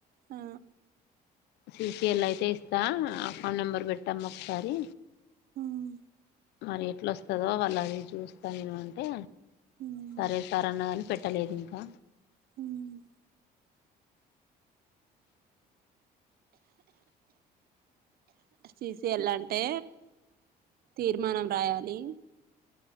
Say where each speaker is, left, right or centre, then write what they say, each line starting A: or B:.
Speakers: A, on the right; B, on the left.
A: ఆ
B: సిసఎల్ అయితే ఇస్తా అకౌంట్ నెంబర్ పెట్టమ్మా ఒకసారి
A: మ్
B: మరి ఎట్ల వస్తుందో వాళ్ళు అది చూస్తా నేను అంటే
A: మ్
B: సరే సార్ అన్నదని పెట్ కట్టలేదు ఇంకా
A: హ్మ్మ్ తీసియాలి అంటే తీర్మానం రాయాలి